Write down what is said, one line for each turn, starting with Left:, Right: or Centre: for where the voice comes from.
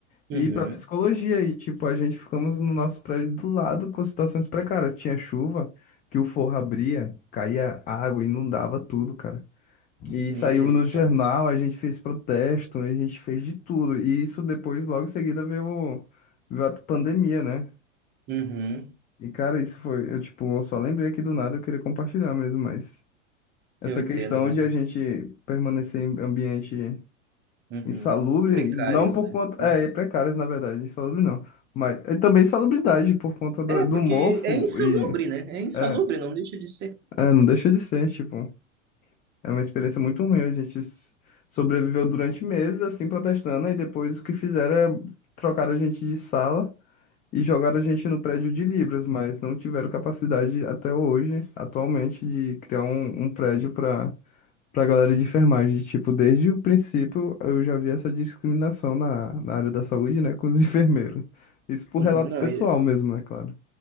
Left: E
Right: uhum,
Left: pra psicologia, e tipo, a gente ficamos no nosso prédio do lado com situações precárias. Tinha chuva, que o forro abria, caía água, inundava tudo, cara. E
Right: misericórdia.
Left: saiu no jornal, a gente fez protesto, a gente fez de tudo. E isso depois, logo em seguida, veio, veio a pandemia, né?
Right: Uhum,
Left: E cara, isso foi, eu tipo, eu só lembrei aqui do nada, eu queria compartilhar mesmo, mas essa
Right: eu entendo,
Left: questão
Right: mano.
Left: de a gente permanecer em ambiente.
Right: Uhum.
Left: Insalubre,
Right: Precários,
Left: não por
Right: né?
Left: conta.
Right: Uhum.
Left: É, é precárias, na verdade, insalubre não. Mas é também insalubridade por conta do,
Right: É,
Left: do
Right: porque
Left: mofo
Right: é insalubre,
Left: e.
Right: né? É insalubre,
Left: É,
Right: não deixa de ser.
Left: é, não deixa de ser, tipo. É uma experiência muito ruim. A gente s- sobreviveu durante meses assim protestando, e depois o que fizeram é trocar a gente de sala e jogar a gente no prédio de Libras, mas não tiveram capacidade até hoje, atualmente, de criar um, um prédio para pra galera de enfermagem. Tipo, desde o princípio eu já vi essa discriminação na, na área da saúde, né, com os <laughs> enfermeiros. Isso por
Right: Uhum,
Left: relato
Right: não,
Left: pessoal mesmo, né, claro.